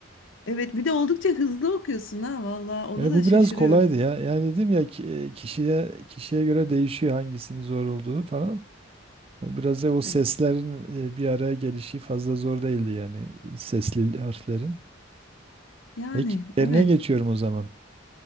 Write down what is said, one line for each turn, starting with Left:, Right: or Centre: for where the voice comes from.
Left: Evet bir de oldukça hızlı okuyorsun ha valla ona
Right: E,
Left: da
Right: bu
Left: şaşırıyorum.
Right: biraz kolaydı ya. Yani dedim ya ki- e, kişiye kişiye göre değişiyor hangisinin zor olduğu falan. Biraz da o seslerin
Left: Evet
Right: e, bir araya gelişi fazla zor değildi yani sesli harflerin.
Left: yani
Right: Peki yerine
Left: evet
Right: geçiyorum o zaman.